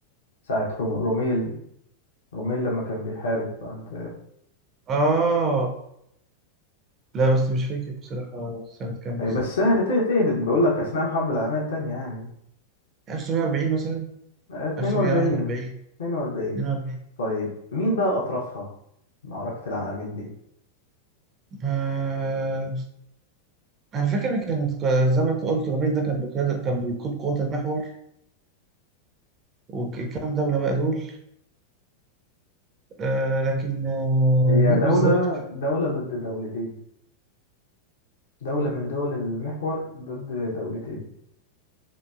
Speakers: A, on the left; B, on the right.
A: ساعة رو- روميل روميل لما كان بيحارب عند
B: اه لا بس مش فاكر بصراحه سنه كام بالظبط
A: آه، بس سهل ته- تهبد بقول لك أثناء الحرب العالمية التانية يعني
B: 1940 مثلا
A: 42
B: 1941
A: 42
B: 42
A: طيب مين بقى أطرافها معركة العالمين دي
B: آه... انا فاكر ان كانت ك- زي ما انت قلت رميل ده كان بقياده كان بيقود قوات المحور وكام دوله بقى دول آه لكن آه
A: هي
B: مين
A: دولة
B: بالظبط
A: دولة ضد دولتين دولة من دول المحور ضد دولتين